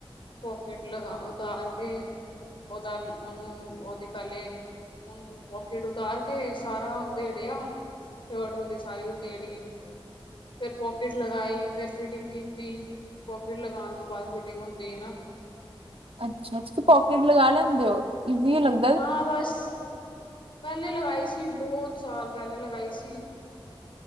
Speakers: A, on the left; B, on the right.
A: ਪੋਕਿਟ ਲਗਾ ਉਤਾਰ ਕੇ ਉਹਦਾ ਉਹਨੂੰ ਉਹਦੀ ਪਹਿਲੇ ਹੁਣ ਪੋਕਿਟ ਉਤਾਰ ਕੇ ਸਾਰਾ ਉਧੇੜਿਆ। ਸ਼ਰਟ ਉਹਦੀ ਸਾਰੀ ਉਹਦੇੜੀ ਫੇਰ ਪੋਕਿਟ ਲਗਾਈ ਫੇਿਰ ਫਿਟਿੰਗ ਕੀਤੀ। ਦੀ ਪੋਕਿਟ ਲਗਾਉਣ ਤੋਂ ਬਾਅਦ ਫਿਟਿੰਗ ਹੁੰਦੀ ਹੈ ਨਾ।
B: ਅੱਛਾ ਤੁਸੀਂ ਪੋਕੇਟ ਲਗਾ ਲੈਂਦੇ ਹੋ ਇੀ ਲਉ
A: ਹਾਂ ਬਸ ਪਹਿਲੇ ਲਗਾਈ ਸੀ ਬਹੁਤ ਸਾਲ ਪਹਿਲੇ ਲਗਾਈ ਸੀ।